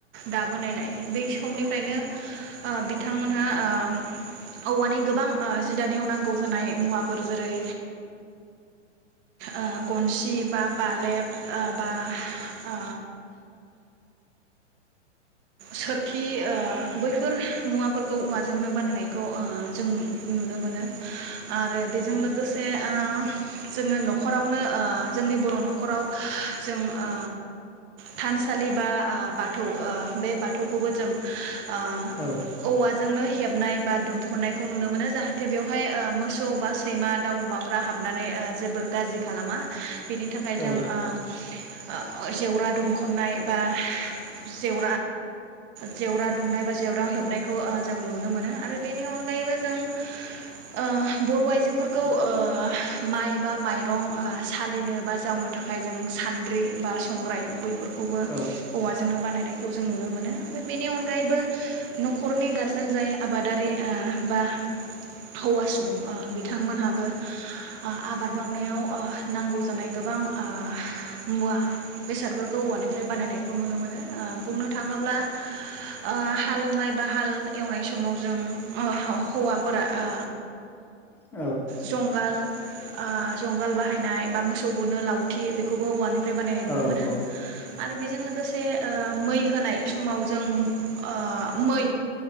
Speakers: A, on the right; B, in the centre.
A: दाबोनायलाय बै समनिफ्रायनो ओ बिथांमोनहा ओ औवानि गोबां ओ जि दानायाव नांगौ जानाय मुवाफोर जेरै ओ गनसि बा बालेब ओ बा ओ सोर खि बैफोर मुवाफोरखौ औवाजोंनो बानायनायखौ ओ जों नुनो मोनो आरो बेजों लोगोसे ओ जोङो नखरावनो ओ जोंनि बर' नखराव जों ओ थान सालि बा ओ बाथौ ओ बे बाथौखौबो जों ओ
B: उम औ
A: औवाजोंनो हेबनाय बा दुमखनायखौ नुनो मोनो जाहाथे बेवहाय मोसौ बा सैमा दाउ अमाफ्रा हाबनानै जेबो गाज्रि खालामा बेनि थाखाय
B: औ
A: जों ओ ओ जेवरा दुमखनाय बा जेव ओ जेवरा दुमनाय बा जेवरा हेबनायखौ ओ जों नुनो मोनो आरो बेनि अनगायैबो जों ओ बर' आइजोफोरखौ ओ माइ बा माइरं सालिनो बा जावनो थाखाय जों सान्द्रि बा संग्राय बै फोरखौबो
B: औ
A: औवाजोंनो बानायनाय खौ जों नुनो मोनो। बेनि अनगायैबो न खरनि गार जों जाय आबादारि ओ बा हौवा सुबुं ओ बिथांमोनहाबो आबाद मावनायाव ओ नांगौ जानाय गोबां ओ मुवा बेसादफोरखौ औवानिफ्राय बानायनायखौ नुनो मोनो। ओ। बुंनो थाङोब्ला ओ हालौनाय बा हाल एवनाय माव जों ओ हौव हौवाफोरा ओ
B: औ
A: जंगाल ओ जंगाल बाहायनाय बा मोसौ बुनो लावथि बेखौबो औवानि फ्राय बानायनाय
B: औ
A: नुनो मोनो
B: औ नंगौ
A: आरो बेजों लोगोसे ओ मै होनाय समाव जों ओ मै